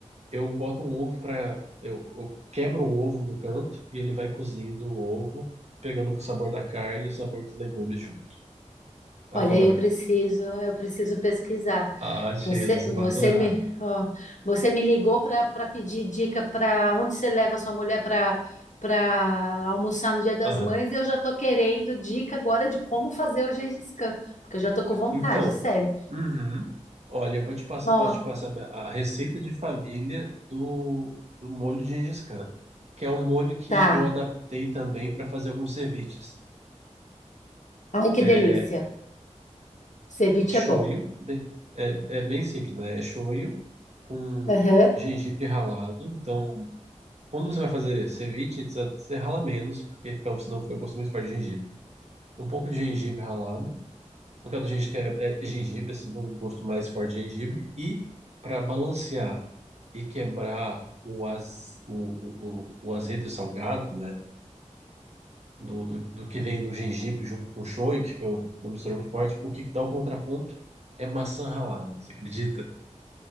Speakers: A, on the right; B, on the left.
A: eu boto um ovo para eu, eu quebro um ovo no canto e ele vai cozindo o ovo, pegando o sabor da carne e o sabor dos legumes junto. Adoro.
B: Olha, eu preciso, eu preciso pesquisar.
A: Ah, Sheila,
B: Você,
A: você vai
B: você
A: adorar.
B: me, ó, você me ligou para pedir dica para onde você leva sua mulher para para almoçar no Dia das
A: Aham.
B: Mães e eu já tô querendo dica agora de como fazer o Gengis Khan, porque eu já tô com vontade,
A: Então,
B: sério.
A: uhum. Olha, eu vou te passar,
B: Ó,
A: posso te passar a a receita de família do, do molho de Gengis Khan, que é um molho que
B: tá.
A: eu adaptei também para fazer alguns ceviches.
B: Ai, que
A: É
B: delícia. Ceviche
A: shoyu,
B: é bom.
A: bem- é, é bem simples, né? É shoyu com
B: Aham.
A: gengibre ralado. Então, quando você vai fazer ceviche, você, você rala menos, porque fica- senão fica gosto muito forte de gengibre. Um pouco de gengibre ralado, No caso do gengibre, é, é gengibre, assim, tem um gosto mais forte de gengibre. E para balancear e quebrar o, az, o, o, o o azedo e salgado, né? Do, do, do que vem do gengibre junto com o shoyu, que é uma mistura muito forte, o que dá o contraponto é maçã ralada, você acredita?